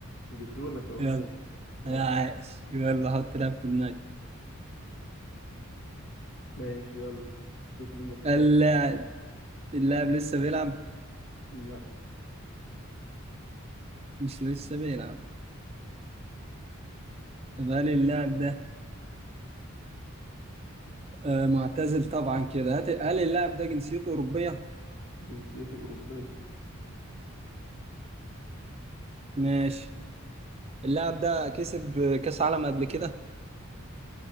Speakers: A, on the left; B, on the right.
A: جبتهولك أهو
B: يلا
A: سهل
B: يا عاش يلا حط لاعب في دماغك
A: ماشي يلا تطلع لك
B: اللاعب
A: جامعة في-
B: اللاعب لسه بيلعب
A: لا
B: مش لسه بيلعب طب هل اللاعب ده آه معتزل طبعا كده هت- هل اللاعب ده جنسيته أوروبية؟
A: جنسيته أوروبية
B: ماشي اللاعب ده كسب كأس عالم قبل كده؟